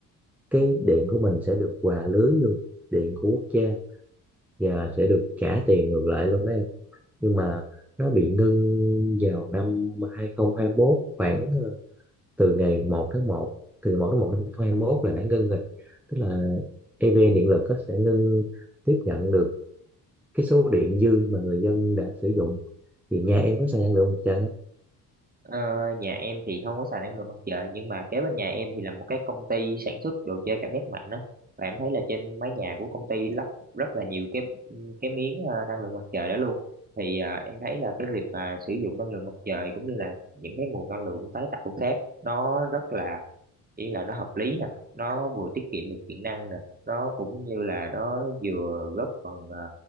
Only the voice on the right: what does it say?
Ờ, nhà em thì không có xài năng lượng mặt trời nhưng mà kế bên nhà em thì là một cái công ty sản xuất đồ chơi cảm giác mạnh đó và em thấy là trên mái nhà của công ty lắp rất là nhiều cái cái miếng ờ, năng lượng mặt trời đó luôn thì ờ, em thấy là cái việc mà sử dụng năng lượng mặt trời cũng như là những cái nguồn năng lượng tái tạo khác nó rất là ý là nó hợp lý nè nó vừa tiết kiệm được điện năng nè nó cũng như là nó vừa góp phần à,